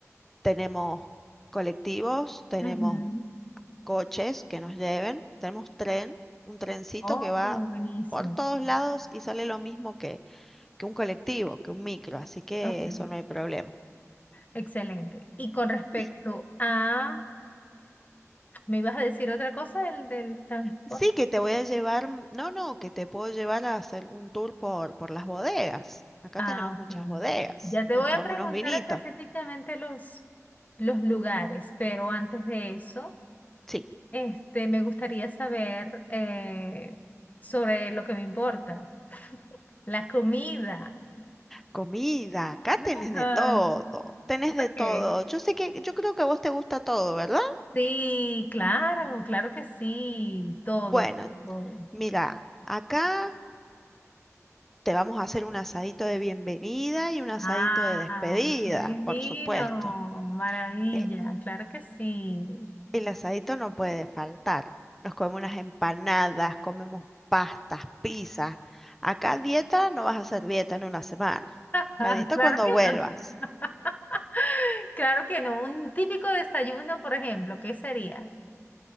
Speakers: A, in the centre; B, on the left.
A: Tenemos colectivos, tenemos
B: Ujú.
A: coches que nos lleven, tenemos tren, un trencito
B: Oh,
A: que va
B: buenísimo.
A: por todos lados y sale lo mismo que, que un colectivo, que un micro, así que
B: Ok,
A: eso no hay problema.
B: excelente. Y con respecto
A: Y
B: a, ¿me ibas a decir otra cosa del, del transporte?
A: sí que te voy a llevar, mm, no, no, que te puedo llevar a hacer un tour por, por las bodegas. Acá
B: Ah,
A: tenemos
B: ok.
A: muchas bodegas,
B: Ya te
A: nos
B: voy
A: tomamos
B: a preguntar
A: unos vinitos.
B: específicamente los, los lugares, pero antes de eso.
A: Sí,
B: Este, me gustaría saber eh, sobre lo que me importa, <laughs> la comida.
A: comida, acá tenés
B: Ajá.
A: de todo, tenés de
B: Ok.
A: todo. Yo sé que, yo creo que a vos te gusta todo, ¿verdad?
B: Sí, claro, claro que sí, todo,
A: Bueno,
B: todo.
A: mira, acá Te vamos a hacer un asadito de bienvenida y un asadito
B: Ah,
A: de despedida,
B: qué divino,
A: por supuesto.
B: maravilla,
A: El,
B: claro que sí.
A: el asadito no puede faltar. Nos comemos unas empanadas, comemos pastas, pizzas. Acá dieta no vas a hacer dieta en una semana.
B: <laughs>
A: La dieta
B: Claro
A: cuando
B: que
A: vuelvas.
B: no, <laughs> claro que no. Un típico desayuno, por ejemplo, ¿qué sería?